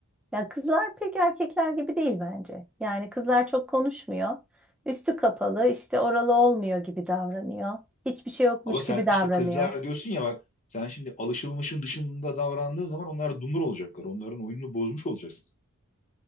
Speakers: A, in the centre; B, on the left.
A: Ya kızlar pek erkekler gibi değil bence. Yani kızlar çok konuşmuyor. Üstü kapalı, işte oralı olmuyor gibi davranıyor. Hiçbir şey yokmuş
B: Ama sen
A: gibi davranıyor.
B: işte kızlar diyorsun ya bak sen şimdi alışılmışın dışında davrandığın zaman onlar dumur olacaklar. Onların oyununu bozmuş olacaksın.